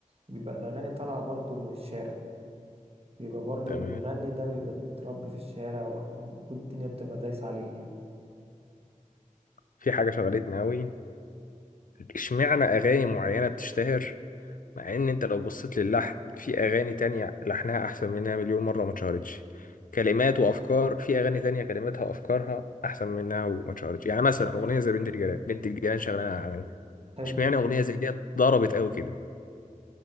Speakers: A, on the right (about 45°); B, on the left (about 75°).
A: بيبقى الأغاني طالعة برضو من الشارع بيبقى برضو
B: تمام
A: اللي بيغني ده بيبقى متربي في الشارع و- والدنيا بتبقى دايسة عليه يعني
B: في حاجة شغلتني قوي اشمعنى اغاني معينة بتشتهر مع ان انت لو بصيت للحن في اغاني تانية لحنها احسن منها مليون مرة وما اتشهرتش كلمات وافكار في اغاني تانية كلماتها وافكارها احسن منها وما اتشهرتش يعني مثلا اغنية زي بنت الجيران بنت الجيران شغلانة على
A: حلو
B: اشمعنى اغنية زي دي ضربت قوي كده